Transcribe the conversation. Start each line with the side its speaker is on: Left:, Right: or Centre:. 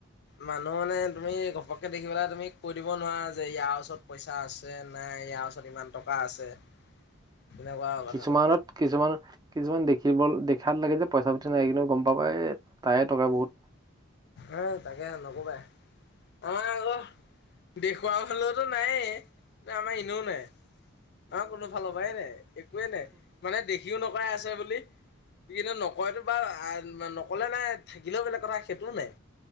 Left: মানুহ মানে তুমি ঘপককে দেখি পেলাই তুমি কৈ দিব নোৱাৰা যে ইয়াৰ ওচৰত পইচা আছে নাই ইয়াৰ ওচৰত ইমান টকা আছে তেনেকুৱা আৰু কথাটো
Right: কিছুমানত- কিছুমান- কিছুমান দেখিব দে চান লাগে যে পইচা -পাতি নাই কিন্তু গম পাবা এ তায়ে টকা বহুত।
Left: উম, তাকে নকবাই। আমাৰ আকৌ দেখুৱা হলেওতো নায়েই, আমাৰ এনেও নাই। অহ, কোনোফালৰ পৰাই নাই, একোৱেই নাই মানে দেখিও নকয় আছে বুলি কিন্তু, নকয়তো বা নকলে নাই থাকিলেও বেলেগ কথা সেইটোও নাই।